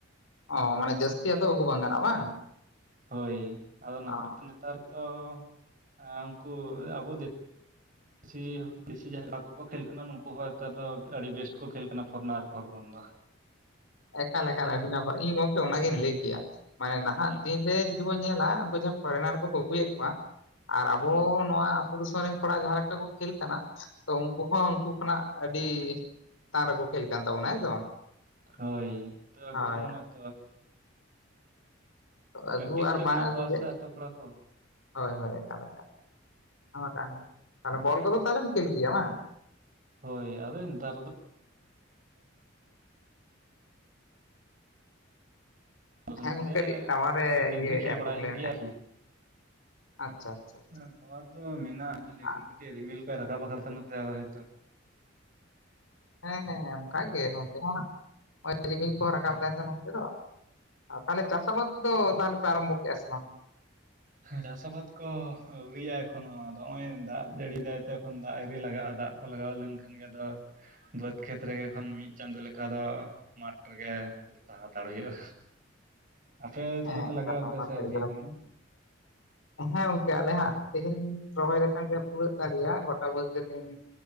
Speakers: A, on the left; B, on the right.
A: ᱚ ᱢᱟᱱᱮ ᱡᱟᱹᱥᱛᱤ ᱟᱫᱚ ᱟᱹᱜᱩ ᱵᱟᱝ ᱜᱟᱱᱚᱜᱼᱟ ᱵᱟᱝ?
B: ᱦᱳᱭ ᱟᱫᱚ ᱱᱟᱦᱟᱜ
A: ᱚ
B: ᱛᱚ ᱱᱮᱛᱟᱨ ᱛᱚ ᱟᱸ ᱩᱝᱠᱩ ᱟᱵᱚ ᱵᱤᱥᱤ ᱵᱤᱥᱤ ᱡᱟᱦᱟᱸ ᱟᱠᱚ ᱠᱚ ᱠᱷᱮᱞ ᱠᱟᱱᱟ ᱱᱩᱠᱩ ᱦᱚᱸ ᱱᱮᱛᱟᱨ ᱫᱚ ᱟᱹᱰᱤ ᱵᱮᱥᱴ ᱠᱚ ᱠᱷᱮᱞ ᱠᱟᱱᱟ ᱯᱷᱚᱨᱱᱟᱚᱨ ᱠᱷᱚᱱ ᱫᱚ᱾
A: ᱮᱠᱟᱞ ᱮᱠᱟᱞ ᱟᱹᱰᱤ ᱱᱟᱯᱟᱭ ᱤᱧ ᱦᱚ ᱜᱚᱝᱠᱮ ᱚᱱᱟᱜᱤᱧ ᱞᱟᱹᱭ ᱠᱮᱭᱟ ᱢᱟᱱᱮ ᱱᱟᱦᱟᱜ
B: ᱦᱩᱸ
A: ᱫᱤᱱ ᱨᱮ ᱡᱩᱫᱤ ᱵᱚᱱ ᱧᱮᱞᱟ ᱟᱠᱚ ᱡᱟᱦᱟᱸ ᱯᱷᱚᱨᱮᱱᱟᱨ ᱠᱚᱠᱚ ᱟᱹᱜᱩᱭᱮᱫ ᱠᱚᱣᱟ ᱟᱨ ᱟᱵᱚ
B: ᱦᱩᱸ
A: ᱱᱚᱣᱟ ᱟᱛᱳ ᱫᱤᱥᱚᱢ ᱨᱮᱱ ᱠᱚᱲᱟ ᱡᱟᱦᱟᱸ ᱞᱮᱠᱟ ᱠᱚ ᱠᱷᱮᱞ ᱠᱟᱱᱟ ᱛᱚ ᱩᱝᱠᱩ ᱦᱚᱸ ᱩᱝᱠᱩ ᱠᱷᱚᱱᱟᱜ ᱟᱹᱰᱤ ᱪᱮᱛᱟᱱ ᱨᱮᱠᱚ ᱠᱷᱮᱞ ᱠᱟᱱ ᱛᱟᱵᱚᱱᱟ ᱦᱮᱸ ᱥᱮ ᱵᱟᱝ
B: ᱦᱳᱭ ᱛᱚ ᱮᱠᱫᱚᱢ
A: ᱦᱳᱭ
B: ᱚᱱᱮ ᱛᱚ
A: ᱟᱹᱜᱩ
B: ᱯᱮᱠᱴᱤᱥ
A: ᱟᱨ
B: ᱨᱮ
A: ᱵᱟᱝ
B: ᱢᱮᱱᱟᱜ
A: ᱟᱹᱜᱩ
B: ᱠᱚᱣᱟ
A: ᱜᱮ
B: ᱥᱮ ᱟᱛᱳ ᱠᱚᱲᱟ ᱠᱚ
A: ᱦᱳᱭ ᱦᱳᱭ ᱮᱠᱟᱞ ᱮᱠᱟᱞ ᱚᱱᱟ ᱢᱟ ᱠᱟᱱ ᱜᱮ ᱛᱟᱦᱚᱞᱮ ᱵᱚᱞ ᱠᱚᱫᱚ ᱛᱟᱦᱚᱞᱮᱢ ᱠᱷᱮᱞ ᱜᱮᱭᱟ ᱵᱟᱝ?
B: ᱦᱳᱭ ᱟᱫᱚ ᱱᱮᱛᱟᱨ ᱫᱚ ᱥᱚᱝᱜᱮ
A: ᱦᱮᱸ ᱜᱚᱝᱠᱮ ᱠᱟᱹᱴᱤᱡ ᱴᱟᱣᱟᱨ ᱨᱮ
B: ᱯᱨᱚᱛᱮᱠ
A: ᱤᱭᱟᱹ
B: ᱫᱤᱱ ᱠᱷᱮᱞ ᱵᱟᱲᱟᱭ
A: ᱯᱨᱚᱵᱞᱮᱢᱮᱜᱼᱟ
B: ᱦᱩᱭᱩᱜ ᱜᱮᱭᱟ ᱟᱨᱠᱤ᱾
A: ᱟᱪᱪᱷᱟ ᱟᱪᱪᱷᱟ
B: ᱦᱮᱸ ᱴᱟᱣᱟᱨ ᱫᱚ ᱢᱮᱱᱟᱜᱼᱟ ᱞᱮᱠᱤᱱ
A: ᱟ
B: ᱠᱟ ᱪᱮ ᱨᱢᱤᱞ ᱠᱚᱟᱭ ᱨᱟᱠᱟᱵ ᱟᱠᱟᱫᱟ ᱱᱚᱛᱮ ᱟᱫᱚ ᱦᱚᱭᱛᱚ᱾
A: ᱦᱮᱸ ᱦᱮ‌ᱸ ᱦᱮᱸ ᱚᱝᱠᱟ ᱜᱮ ᱱᱚᱛᱮ ᱦᱚᱸ ᱦᱟᱸᱜ ᱨᱤᱢᱤᱞ ᱠᱚ ᱨᱟᱠᱟᱵ ᱫᱟᱭ ᱛᱚ ᱱᱚᱱᱛᱮ ᱫᱚ ‌ᱟᱨ ᱛᱟᱦᱞᱮ ᱪᱟᱥᱟᱵᱟᱫ ᱠᱚᱫᱚ ᱛᱟᱦᱚᱞᱮ ᱯᱮ ᱟᱨᱟᱢᱵᱷᱚ ᱠᱮᱜᱼᱟ ᱥᱮ ᱵᱟᱝ? <inaudible>
B: ᱪᱟᱥ ᱟᱵᱟᱫ ᱠᱚ ᱟᱹᱣᱨᱤᱭᱟᱜᱼᱟ ᱮᱠᱷᱚᱱ‌ ᱦᱚᱸ ᱟᱫᱚ ᱦᱚᱸᱜ-ᱚᱭ ᱫᱟᱜ ᱡᱟᱹᱲᱤᱭ ᱫᱟᱭ ‌ᱛᱚ ᱮᱠᱷᱚᱱ ᱫᱟᱜ ᱟᱣᱨᱤ ᱞᱟᱜᱟᱜᱼᱟ ᱫᱟᱜ ᱠᱚ ᱞᱟᱜᱟᱣ ᱞᱮᱱᱠᱷᱟᱱ ᱜᱮ ᱟᱫᱚ ᱵᱟᱹᱫᱽ ᱠᱷᱮᱛ ᱨᱮᱜᱮ ᱮᱠᱷᱚᱱ ᱢᱤᱫ ᱪᱟᱸᱫᱳ ᱞᱮᱠᱟ ᱫᱚ ᱢᱟᱴᱷ ᱨᱮᱜᱮ ᱛᱟᱸᱦᱮ ᱦᱟᱛᱟᱲ ᱦᱩᱭᱩᱜᱼᱟ, ᱟᱯᱮ ᱛᱟᱦᱚᱞᱮ
A: ᱦᱮᱸ
B: ᱯᱮ
A: ᱮᱠᱟᱞ
B: ᱞᱟᱜᱟᱣ
A: ᱱᱚᱣᱟ
B: ᱠᱮᱫᱟ
A: ᱢᱟ
B: ᱥᱮ
A: ᱥᱟᱹᱨᱤ
B: ᱟᱹᱣᱨᱤ
A: ᱠᱟᱛᱷᱟ
B: ᱟᱠᱚ?
A: ᱠᱟᱱᱟ <inaudible> ᱦᱮᱸ ᱜᱚᱝᱠᱮ ᱟᱞᱮ ᱦᱟᱸᱜ ᱛᱦᱮᱧ ᱨᱚᱦᱚᱭ ᱞᱮᱠᱷᱟᱱ ᱜᱮ ᱯᱩᱨᱟᱹᱜ ᱛᱟᱞᱮᱭᱟ ᱜᱚᱴᱟ ᱵᱟᱹᱫᱽ ᱜᱮ ᱛᱮᱧ